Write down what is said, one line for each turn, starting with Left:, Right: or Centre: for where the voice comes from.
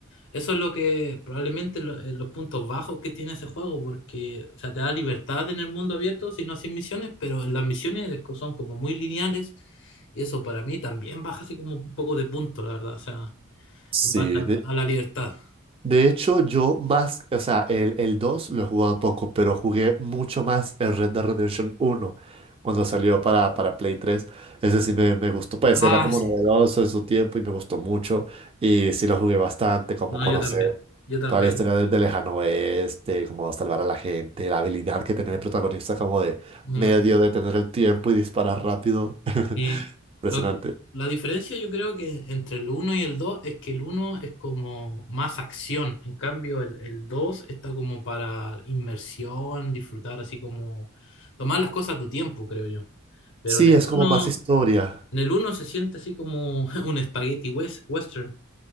Left: eso es lo que probablemente lo- eh, los puntos bajos que tiene ese juego, porque, o sea, te da libertad en el mundo abierto, si no sin misiones, pero en las misiones es co- son como muy lineales y eso para mí también baja así como un poco de punto, la verdad, o sea,
Right: sí,
Left: en base a a la libertad.
Right: De hecho, yo más, o sea, el, el 2 lo he jugado poco, pero jugué mucho más el Red Dead Redemption uno cuando salió para, para Play tres. Ese sí me, me gustó, pues
Left: Ah,
Right: era como
Left: sí.
Right: novedoso en su tiempo y me gustó mucho. Y sí lo jugué bastante, como
Left: No,
Right: conocer
Left: yo también, yo también.
Right: toda la historia del del lejano oeste, como salvar a la gente, la habilidad que tenía el protagonista como de
Left: Mm,
Right: medio de tener el tiempo y disparar rápido. <laughs>
Left: Y
Right: Impresionante.
Left: lo- la diferencia yo creo que entre el uno y el 2 es que el uno es como más acción, en cambio el, el 2 está como para inmersión, disfrutar así como tomar las cosas a tu tiempo, creo yo. Pero
Right: Sí,
Left: en el
Right: es como
Left: uno
Right: más historia.
Left: en el uno se siente así como <laughs> un espagueti wes- western,